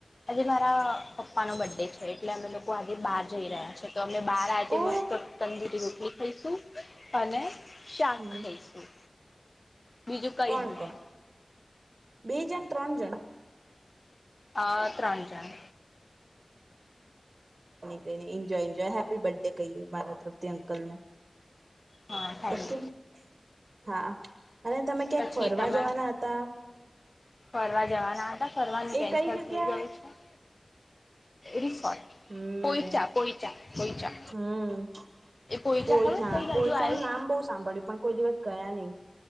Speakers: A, on the left; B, on the right.
A: આજે મારા પપ્પા નો બર્થડે છે. એટલે અમે લોકો આજે બહાર જઈ રહ્યા છે. તો અને બહાર આજે
B: ઓ
A: મસ્ત તંદૂરી રોટી કરીશું અને શાક
B: હમ
A: ખાઈશું. બીજું કઈ
B: કોણ
A: જ નહી.
B: કોણ બે જણ ત્રણ જણ?
A: હા ત્રણ જણ.
B: કને enjoy enjoy happy birthday કહીએ મારા તરફથી અંકલ ને.
A: હા થેન્ક
B: ઓકે હા. અને તમે ક્યાંક
A: યુ પછી
B: ફરવા
A: તમે
B: જવાના હતા
A: ફરવા જવાના હતા ફરવાનું
B: એ
A: કેન્સલ
B: કઈ જગ્યા?
A: થઈ ગયું છે રિસોર્ટ
B: હમ
A: પોઈચા પોઈચા પોઈચા
B: હમ
A: એ પોઈચા
B: પોયછા
A: ખબર કઈ બાજુ
B: પોયછા
A: આવ્યું
B: ન નામ બહ સાંભળ્યું પણ કોઈ દિવસ ગયા નઈ.